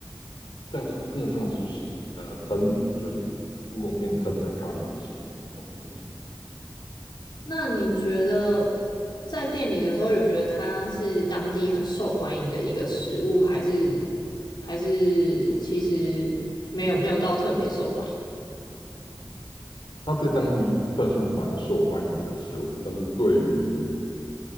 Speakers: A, on the left; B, on the left.
A: 像是更像是是呃沾就是乌龙面沾着咖喱吃。<laughs>
B: 那你觉得在店里的时候，有觉得它是当地很受欢迎的一个食物，还是还是其实没有没有到特别受欢迎？
A: 它在当地算是蛮受欢迎的食物，但是对于